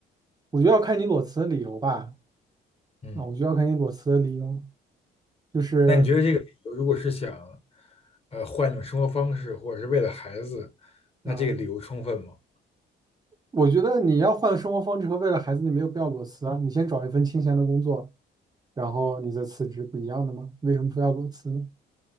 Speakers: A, on the right (about 20°); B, on the left (about 30°).
A: 我觉得要看你裸辞的理由吧。
B: 嗯，
A: 啊，我觉得要看你裸辞的理由，就是
B: 那你觉得这个理由如果是想呃换一种生活方式，或者是为了孩子，那这个理由充分吗？
A: 啊，我觉得你要换生活方式和为了孩子，你没有必要裸辞啊。你先找一份清闲的工作，然后你再辞职，不一样的吗？为什么非要裸辞呢？